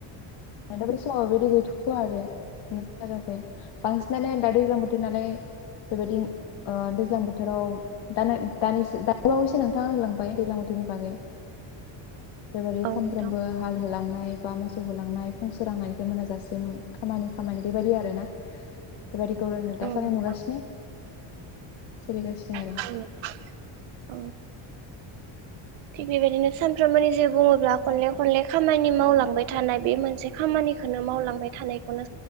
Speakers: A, on the left; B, on the right.
A: दाब समाव बेबायदि गैथ'वा आरो जाखै बांसिनानो दा दैज्लां बोथोर नालाय बेबायदि दैज्लां बोथोराव दो द बावैसो नोंथाङा होलांबाय दैज्लां बोथोरनि बागै बेबायदि
B: औ
A: सानफ्रोमबो
B: नोंथां
A: हाल होलांनाय बा मोसौ होलांनाय फुंसोरांनायनिफ्राय मोनाजासिम खामानि खामानि बेबायदि आरो ना बेबायदिखौनो
B: औ
A: दासान्दि
B: नोंथां
A: नुगासिनो सोलिगासिनो
B: <inaudible>
A: आरो
B: थिग बेबायदिनो सानफ्रोमबोनि जिउ बुङोब्ला खनले खनले खामानि मावलांबाय थानाय बे मोनसे खामानिखौनो मावलांबाय थानायखौनो